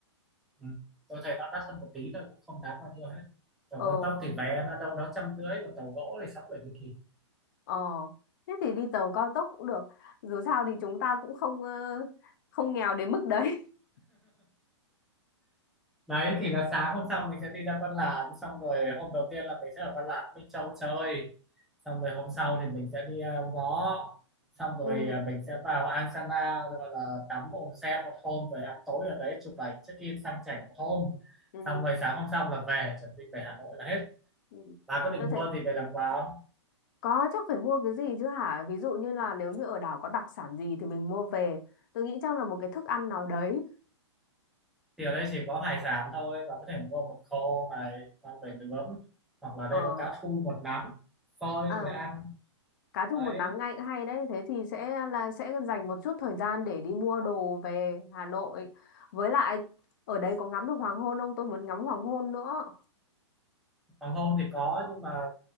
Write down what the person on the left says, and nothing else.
Ờ,
ờ, thế thì đi tàu cao tốc cũng được. Dù sao thì chúng ta cũng không ờ, không nghèo đến mức đấy. <laughs>
Ừ,
ừ,
ừ.
Tôi
thấy
có chắc phải mua cái gì chứ hả? Ví dụ như là nếu như ở đảo có đặc sản gì thì mình mua về. Tôi nghĩ chắc là một cái thức ăn nào đấy.
Ờ
À,
cá thu
một nắng ngay cũng hay đấy. Thế thì sẽ là sẽ dành một chút thời gian để đi mua đồ về Hà Nội. Với lại ở đấy có ngắm được hoàng hôn không? Tôi muốn ngắm hoàng hôn nữa.